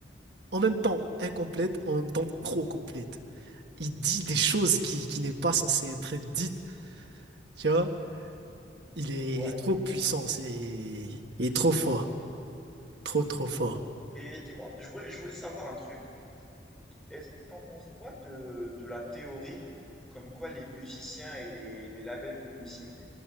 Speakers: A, on the right; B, in the centre.
A: en même temps incomplètes, en même temps trop complètes. Il dit des choses qui, qui n'est pas censé être dites, tu vois? Il est,
B: Ouais.
A: il est trop puissant, c'est, il est trop fort, trop trop fort.
B: Et dis-moi, je voulais, je voulais savoir un truc. Est-ce t'en penses quoi de, de la théorie comme quoi les musiciens et les, les labels de musique,